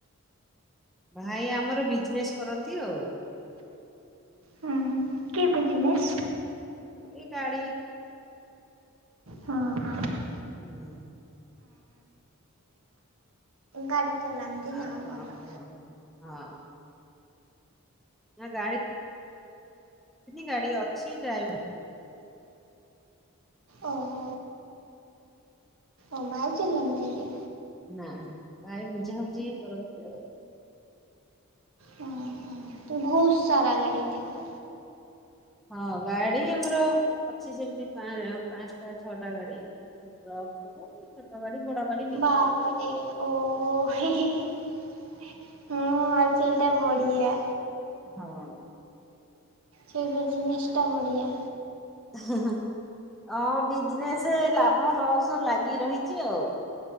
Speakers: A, in the centre; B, on the right.
A: ଭାଇ ଆମର ବିଜନେସ୍ କରନ୍ତି ଆଉ।
B: ହୁଁ ହୁ କି ବିଜନେସ୍?
A: ଏଇ ଗାଡ଼ି
B: ହଁ ହଁ ହଁ।
A: ହୁଁ।
B: ଗାଡି। ଚଲାନ୍ତି
A: ଆଉ
B: ନା ହଉ
A: କଣ
B: ଭଲ।
A: କୁହ? ହଁ। ନା ଗାଡ଼ି ଗାଡି ଅଛି ଡ୍ରାଇଭର
B: ଓହୋ। ଓ ଭାଇ ଚଲାନ୍ତିନି?
A: ନା ହ ଭାଇ ବୁଝାବୁଝି ହିଁ କରନ୍ତି ଆଉ।
B: ହୁଁ ହୁଁ ବହୁତ ସାରା ଗାଡି ଥିବ।
A: ହଁ ଗାଡି ଆମର ଅଛି ସେମିତି ପା ପାଞ୍ଚଟା ଛଅଟା ଗାଡି ଟ୍ରକ୍ ସବୁ ଛୋଟ ଗାଡି। ବଡ ଗାଡି ମିକ୍ସ
B: ବାପ୍ରେ ଓହୋ ହୀ <unintelligible> ହୁଁ ଆଉ ସେଇଟା ବଢିଆ।
A: ହଁ।
B: ସେଇବେ ଜିନିଷଟା ବଢ଼ଆ।
A: <unintelligible> ହଁ ବିଜିନେସ୍ ଲା ଭଲସ ଲାଗି ରହିଚି ଆଉ।